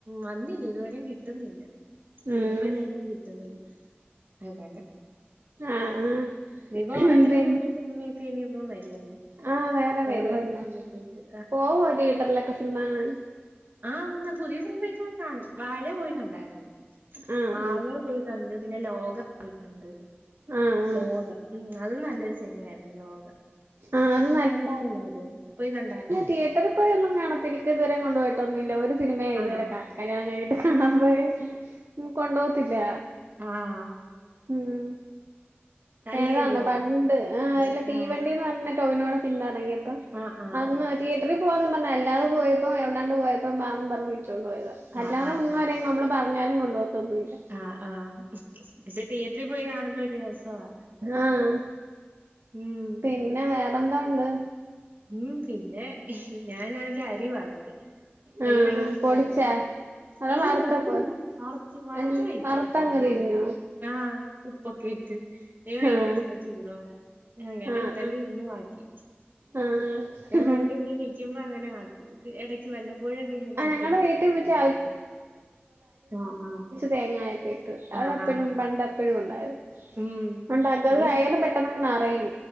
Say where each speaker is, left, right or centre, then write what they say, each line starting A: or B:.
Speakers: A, on the right; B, on the right.
A: വന്നില്ല ഇതുവരെ കിട്ടുന്നില്ല സിനിമ
B: ഉം
A: ഇതോടെ ഒന്ന കിട്ടുന്നില്ല ആതാ ഞാൻ
B: ആഹ് ആഹ്
A: ഇയിപ്പ ഓണത്തിന്
B: പി
A: പുതിയ സിനിമയൊക്കെ ഇനിയിപ്പ വരുവല്ലോ
B: ആഹ് വേറെ
A: <unintelligible>
B: വരുവല്ല പോവോ തിയേറ്ററിലൊക്കെ സിനമ കാണാൻ?
A: ആഹ് പിന്നെ പുതിയ സിനിമൊക്കെ കാണും വാഴ പോയി കണ്ടായിരുന്നു
B: ആഹ്
A: വാഴ
B: ആഹ്
A: പോയി കണ്ട് പിന്നെ ലോക പോയി കണ്ട്
B: ആഹ്
A: ലോക
B: ആഹ്
A: ഉം അതു നല്ലൊരു സിനിമയായിരുന്നു ലോക
B: ആഹ് അത്
A: കണ്ടായിര്ന്നോ ത് പോയി കണ്ട
B: തിയേറ്ററിൽപോയി ഒന്നും കാണാത്തില്ല ഇക്ക ഇതുവരെ കൊണ്ട് പോയിട്ടൊന്നുമില്ല ഒരു സിനിമ
A: ആണോ
B: ഇതുവരെ ക കല്യാണം കഴിഞ്ഞിട്ട് കാണാൻ പോയെ കൊണ്ടുപോത്തില്ല
A: ആഹ്
B: ഉം
A: നല്ലതല്ലയോ?
B: ഏതാന്ന പണ്ട് ആഹ്
A: പക്ഷെ
B: ഇല്ല തീവണ്ടി
A: ആ.
B: പറഞ്ഞ ടോവിനോടെ സിനിമ ഇറങ്ങിയപ്പോ
A: ആ, ആ,
B: അന്ന്
A: ആ.
B: തിയേറ്ററിൽ പോവാന്ന് പറഞ്ഞ അല്ലാതെ പോയപ്പോ എവിടാണ്ട് പോയപ്പോ വാന്ന് പറഞ് വിളിച്ചോണ്ട് പോയതാ
A: ആ,
B: അല്ലാതെ
A: ആ.
B: ഒന്ന് നമ്മള് പറഞ്ഞാലും കൊണ്ടപോകത്തൊന്നുല്ല
A: ആഹ് ആഹ് പക്ഷെ തിയേറ്ററി പോയി കാണുന്ന ഒരു രസവാ
B: ആഹ്
A: ഉം
B: പിന്നെ വേറെന്തോണ്ട്‌
A: ഉം പിന്നെ ഞാൻ ആണെങ്കിൽ അരി വറുത്ത് എനിക്ക്
B: ആഹ്
A: ഭയങ്കര ഇഷ്ടവ
B: പൊടിച്ചാ
A: അത്
B: അതോ
A: ഇല്ല
B: വറുത്തപ്പോ
A: പൊടിച്ചില്ല വറുത്ത് വറുത്ത്
B: അൽ
A: കഴിക്കും
B: വറുത്തങ്ങ്
A: അതേ
B: തിന്നോ
A: ഒള്ള് ആഹ് ഉപ്പ് ഓക്കേ ഇട്ട് എനിക് ഭയങ്കര
B: ആഹ്
A: ഇഷ്ട ചൂടോടെ അങ്ങനെ
B: ആഹ്
A: ഇന്നലെ ഇന്നും ആക്കി
B: ആഹ്
A: ഞാൻ
B: ആഹ്
A: പണ്ട് ഇവിടെ നിക്കുമ്പോ അങ്ങനെ ആക്കും ഇടക്ക് വല്ലപ്പോഴൊക്കെ ഇങ്ങനെ
B: ആ
A: ആക്കി
B: ഞങ്ങടെ
A: കഴിക്കും
B: വീട്ടിൽ മറ്റേ
A: വൈകിട്ട് ആഹ് ആഹ്
B: തേങ്ങയൊക്കെ ഇട്ട്
A: ആഹ്
B: അതെപ്പോഴും
A: ആഹ്
B: പണ്ട് എപ്പഴും ഉണ്ടാരുന്ന്
A: ഉം
B: ഉണ്ടാക്ക
A: എടേ
B: അത് വയറ് പെട്ടന്ന് നറയും